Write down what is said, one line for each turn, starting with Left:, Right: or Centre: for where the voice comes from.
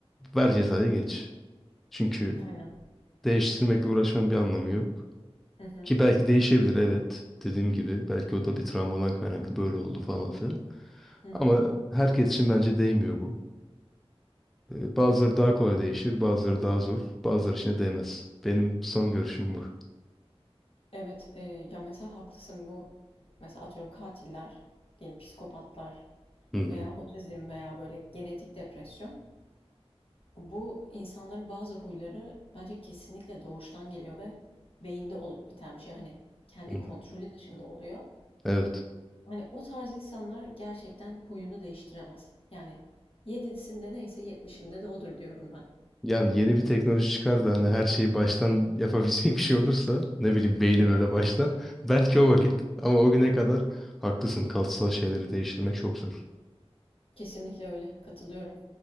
Centre: ver cezayı geç. Çünkü
Left: Aynen.
Centre: değiştirmekle uğraşmanın bir anlamı yok.
Left: Hı hı.
Centre: Ki belki değişebilir evet. Dediğim gibi belki o da bir travmadan kaynaklı böyle oldu falan filan.
Left: Hı hı.
Centre: Ama herkes için bence değmiyor bu. E, Bazıları daha kolay değişir, bazıları daha zor, bazıları için de değmez. Benim son görüşüm bu.
Left: Evet e, ya mesela haklısın bu mesela atıyorum katiller, yani psikopatlar
Centre: Hı hı,
Left: veya otizm veya böyle genetik depresyon. Bu insanların bazı huyları bence kesinlikle doğuştan geliyor ve beyinde olup biten bir şey. Hani kendi
Centre: hı hı.
Left: kontrolü dışında oluyor.
Centre: Evet.
Left: Hani o tarz insanlar gerçekten huyunu değiştiremez. Yani 7'sinde neyse 70'inde de odur diyorum ben.
Centre: Yani yeni bir teknoloji çıkar da hani her şeyi baştan yapabilecek bir şey olursa ne bileyim beyni
Left: Hı hı.
Centre: böyle baştan belki o vakit ama o güne kadar haklısın kalıtsal şeyleri değiştirmek çok zor.
Left: Kesinlikle öyle. Katılıyorum.